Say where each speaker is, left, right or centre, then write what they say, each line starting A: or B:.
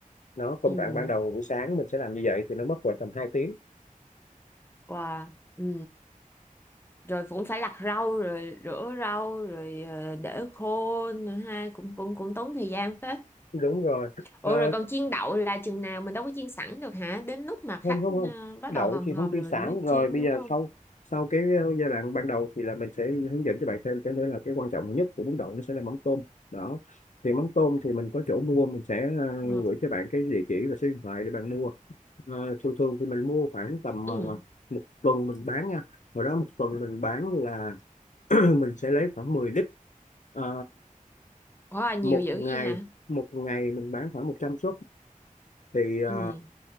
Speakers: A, on the left; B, on the left.
A: nó công
B: ừ
A: đoạn ban đầu buổi sáng mình sẽ làm như vậy thì nó mất khoảng tầm hai tiếng
B: wow ừ rồi cũng phải lặt rau rồi rửa rau rồi ờ, để khô nữa ha cũng cũng cũng tốn thời gian phết
A: đúng rồi
B: Ủa
A: Ờ,
B: rồi còn chiên đậu là chừng nào mình đâu có chiên sẵn được hả? Đến lúc mà khách
A: không không không
B: ờ, bắt
A: đậu
B: đầu hòm
A: thì
B: hòm
A: không chiên
B: là
A: sẵn
B: mình mới
A: rồi
B: chiên
A: bây
B: đúng
A: giờ
B: không?
A: sau sau cái uh, giai đoạn ban đầu thì là mình sẽ hướng dẫn cho bạn thêm cái nữa là cái quan trọng nhất của bún đậu nó sẽ là mắm tôm đó thì mắm tôm thì mình có chỗ mua mình sẽ
B: Ờ.
A: uh, gửi cho bạn cái địa chỉ và số điện thoại để bạn mua Ờ, thường thường thì mình mua khoảng tầm
B: Ừ.
A: ờ, một tuần mình bán nha hồi đó một tuần mình bán là <clears throat> mình sẽ lấy khoảng mười lít Ờ,
B: Ủa
A: một
B: nhiều dữ
A: ngày
B: gì hả?
A: một ngày mình bán khoảng một trăm suất thì ờ,
B: Ừ.